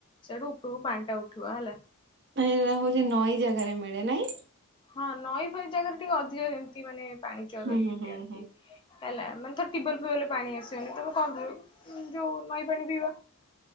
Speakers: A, on the left; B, on the right.
A: ସେଠୁ ଉପରକୁ ପାଣି ଟା ଉଠିବ ହେଲା,
B: ମାନେ ଏଗୁଳା ହେଉଛି ନଈ ଜାଗାରେ ମିଳେ ନେଇ
A: ହଁ ନଈ ଫଇ ଜାଗାରେ ଟିକେ ଅଧିକ ଏମତି ମାନେ ପାଣି ଚୁଆ
B: ହୁଁ
A: କରିକି
B: ହୁଁ
A: ପିଅନ୍ତି।
B: ହୁଁ
A: ହେଲା ମାନେ ଥର ଟ୍ୟୁବଲ ଫିବଲ ରୁ ପାଣି ଆସିବନି ତମେ କଣ କରିବ ଯୋଉ ନଈ ପାଣି ପିଇବା।